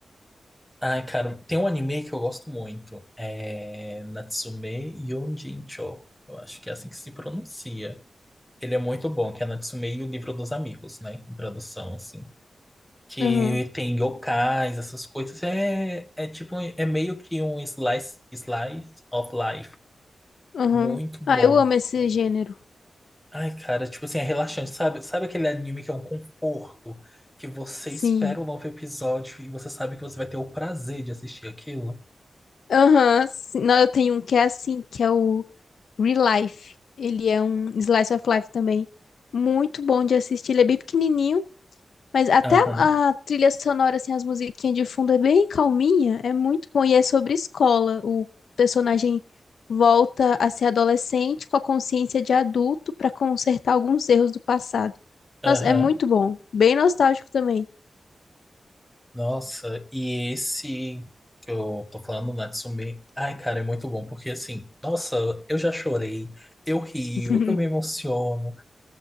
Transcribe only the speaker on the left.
Aham,
aham.
Ah, eu amo esse gênero.
Sim.
Aham, sim. não, eu tenho um que é assim, que é o Real Life. Ele é um slice of life também. Muito bom de assistir. Ele é bem pequenininho, mas até
a, a trilha sonora, assim, as musiquinhas de fundo é bem calminha. É muito bom. E é sobre escola. O personagem volta a ser adolescente com a consciência de adulto para consertar alguns erros do passado.
Nossa, é muito bom. Bem nostálgico também.
<laughs>